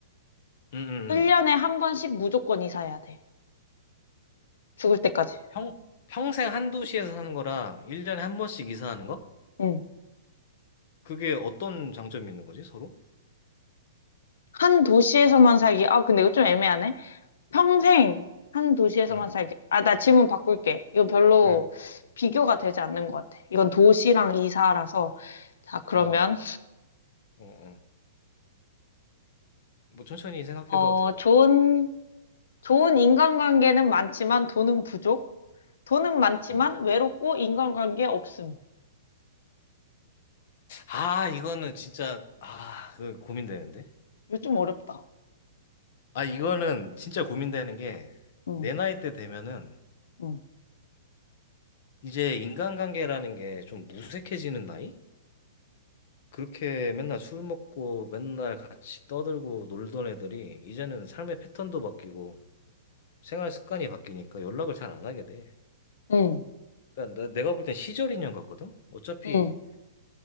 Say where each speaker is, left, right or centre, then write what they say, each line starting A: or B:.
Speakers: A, on the left; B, on the left.
A: 음, 음,
B: 1년에
A: 음.
B: 한 번씩 무조건 이사해야 돼. 죽을 때까지.
A: 평, 평생 한 도시에서 사는 거랑 1년에 한 번씩 이사하는 거?
B: 응.
A: 그게 어떤 장점이 있는 거지, 서로?
B: 한 도시에서만 살기. 아, 근데 이거 좀 애매하네. 평생 한 도시에서만
A: 응,
B: 살기. 아, 나 질문 바꿀게. 이거 별로
A: 응.
B: 비교가 되지 않는 것 같아. 이건 도시랑 이사라서. 자, 그러면,
A: 아, 어, 어, 어. 뭐 천천히 생각해봐도
B: 어,
A: 되고.
B: 좋은 좋은 인간관계는 많지만 돈은 부족. 돈은 많지만
A: 음.
B: 외롭고 인간관계 없음.
A: 아, 이거는 진짜, 아, 그 고민되는데?
B: 이거 좀 어렵다.
A: 아, 이거는 진짜 고민되는 게,
B: 응,
A: 내 나이 때 되면은,
B: 응,
A: 이제 인간관계라는 게 좀 무색해지는 나이? 그렇게 맨날 술 먹고 맨날 같이 떠들고 놀던 애들이 이제는 삶의 패턴도 바뀌고 생활 습관이 바뀌니까 연락을 잘 안 하게 돼.
B: 응,
A: 그러니까 나- 내가 볼 땐 시절 인연 같거든? 어차피
B: 응,